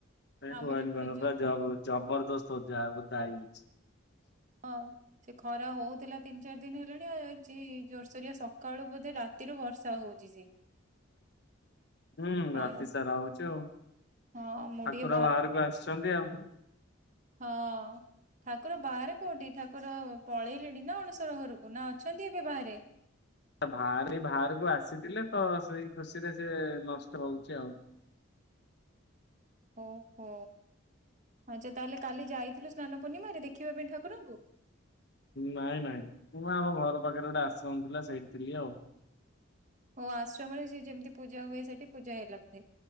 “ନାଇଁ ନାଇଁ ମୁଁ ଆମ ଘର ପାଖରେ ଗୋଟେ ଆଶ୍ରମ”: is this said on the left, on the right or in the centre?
Left